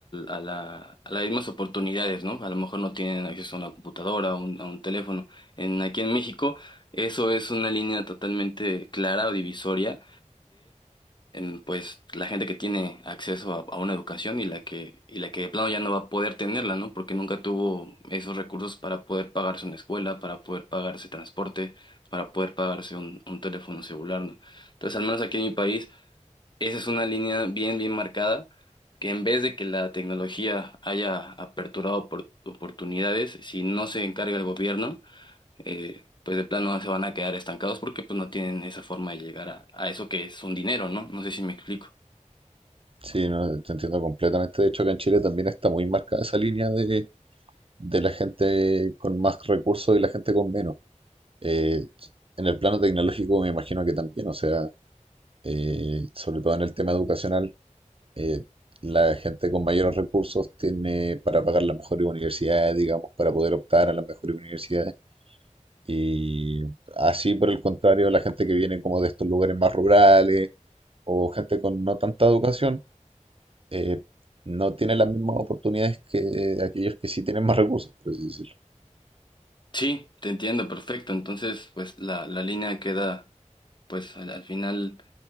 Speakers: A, on the left; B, on the right.
A: a la- a las mismas oportunidades, ¿no? A lo mejor no tienen acceso a una computadora o un- a un teléfono. En, aquí en México, eso es una línea totalmente clara o divisoria em, pues la gente que tiene acceso a, a una educación y la que, y la que de plano ya no va a poder tenerla, ¿no? Porque nunca tuvo esos recursos para poder pagarse una escuela, para poder pagarse transporte, para poder pagarse un, un teléfono celular, ¿no? Entonces, al menos aquí en mi país, esa es una línea bien, bien marcada, que en vez de que la tecnología haya aperturado opor- oportunidades, si no se encarga el gobierno, eh, pues de plano se van a quedar estancados porque pues no tienen esa forma de llegar a, a eso que es un dinero, ¿no? No sé si me explico.
B: Sí, no, te entiendo completamente. De hecho, acá en Chile también está muy marcada esa línea de, de la gente con más recursos y la gente con menos. Eh, en el plano tecnológico me imagino que también, o sea, eh, sobre todo en el tema educacional, eh, la gente con mayores recursos tiene para pagar las mejores universidades, digamos, para poder optar a las mejores universidades. Y así, por el contrario, la gente que viene como de estos lugares más rurales o gente con no tanta educación, eh, no tiene las mismas oportunidades que aquellos que sí tienen más recursos, por así decirlo,
A: Sí, te entiendo, perfecto. Entonces, pues la, la línea queda, pues al, al final,